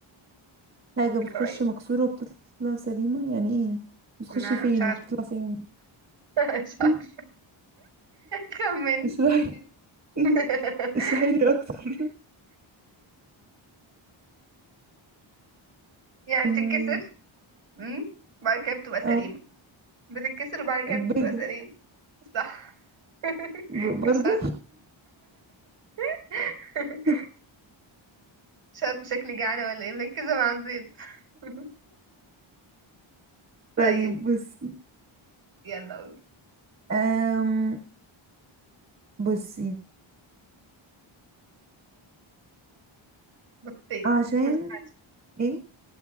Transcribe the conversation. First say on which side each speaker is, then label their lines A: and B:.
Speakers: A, on the right; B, on the right.
A: حاجة بتخش
B: فكرة قريبة
A: مكسورة وبتطلع سليمة يعني ايه بتخش
B: انا
A: فين
B: مش عارفة
A: وبتطلع سليمة <laughs>
B: <laughs> مش عارفة
A: منين؟
B: <laughs> خمن
A: اشرحي <laughs>
B: <laughs>
A: اشرحي لي اكتر <laughs>
B: يعني بتتكسر
A: آم،
B: امم وبعد كده بتبقى سليمة
A: اه
B: بتتكسر وبعد كده
A: البيضة
B: بتبقى سليمة صح <laughs>
A: ب- برضو
B: مش عارف <laughs>
A: <laughs>
B: مش عارف شكلي جعانة ولا ايه مركزة مع البيض <laughs>
A: طيب
B: طيب
A: بصي
B: يلا قولي
A: أم بصي
B: بطيت
A: عشان
B: ما سمعتش
A: ايه